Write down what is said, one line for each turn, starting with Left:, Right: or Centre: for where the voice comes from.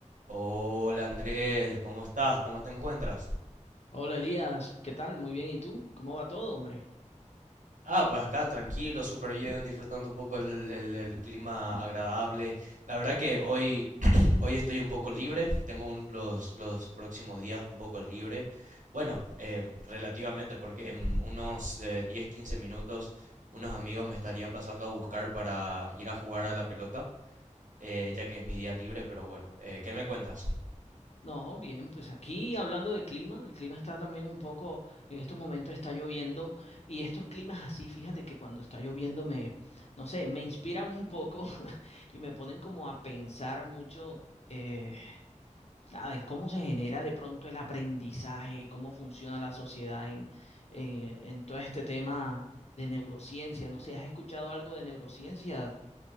Right: Hola Andrés, ¿cómo estás? ¿Cómo te encuentras?
Left: Hola Elías, ¿qué tal? Muy bien, ¿y tú? ¿Cómo va todo, hombre?
Right: Ah, pues acá tranquilo, súper bien, disfrutando un poco el, el- el clima agradable. La verdad que hoy, <clears throat> hoy estoy un poco libre, tengo un- los, los próximos días un poco libre. Bueno, em, relativamente, porque en unos eh, 10-15 minutos unos amigos me estarían pasando a buscar para ir a jugar a la pelota, eh, ya que es mi día libre, pero bueno, eh, ¿qué me cuentas?
Left: No, bien, pues aquí hablando de clima, el clima está también un poco, en estos momentos está lloviendo y estos climas así, fíjate que cuando está lloviendo me, no sé, me inspiran un poco <laughs> y me ponen como a pensar mucho, eh, nada, en cómo se genera de pronto el aprendizaje, cómo funciona la sociedad en, en, en todo este tema de neurociencia. No sé, ¿has escuchado algo de neurociencia?